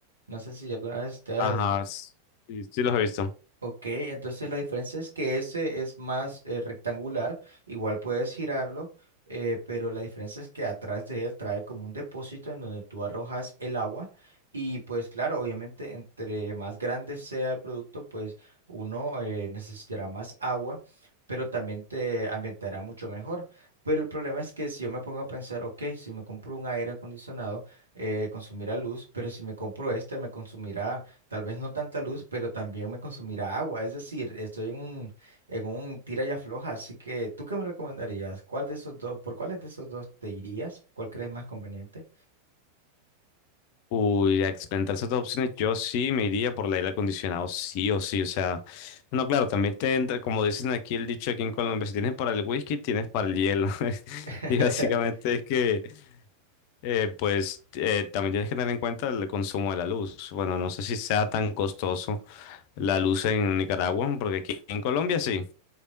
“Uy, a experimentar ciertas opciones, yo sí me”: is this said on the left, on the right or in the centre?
Left